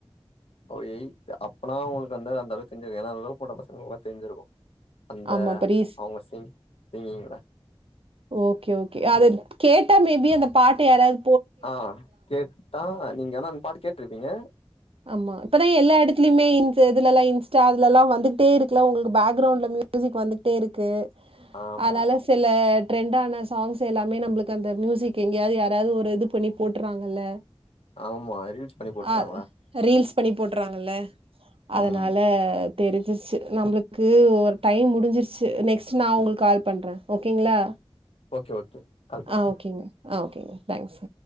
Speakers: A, on the left; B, on the right.
A: ஒ எய்த்து அப்பனா ஒங்களுக்கு அந்த அந்தளவு தெரிஞ்சாது ஏனா லவ் பண்ற பசங்களக்லா தெரிஞ்சுருக்கு அந்த
B: ஆமா. அப்ப ரீஸ்
A: அவுங்க சிங் சிங்கிங்லா
B: ஓகே ஓகே அத கேட்டா மேபி அந்த பாட்ட யாராது
A: ஆ கேட்டா நீங்க ஆனா அந்த பாட்டு கேட்ருப்பீங்க
B: ஆமா இப்பதா எல்லா எடத்துலியுமே தே இதுலலா இன்ஸ்டா அதுலலா வந்துகிட்டே இருக்குல ஒங்குளுக்கு பேக்ரவுண்ட்ல மியூசிக் வந்துகிட்டே இருக்கு
A: ஆமா
B: அனால
A: ஆமா
B: சே ல ட்ரெண்டான சாங்ஸ் எல்லாமே நம்புளுக்கு அந்த மியூசிக் எங்யாது யாராது ஒரு இது பண்ணி போட்டுறாங்கல்ல
A: ஆமா ரீல்ஸ் பண்ணி போட்றாங்கல்ல
B: அ ரீல்ஸ் பண்ணி போட்டுறாங்கல அதனால
A: ம்
B: அ தெரிஞ்சுச்சு நம்புளுக்கு ஒரு டைம் முடிஞ்சிருச்சு நெக்ஸ்ட் நா உங்ளுக்கு கால் பண்ணுறே ஓகேங்ளா
A: ஓகே ஓகே கால் பண்ணுங்க
B: ஆ ஓகேங்க ஆ ஓகேங்க தேங்க்ஸ்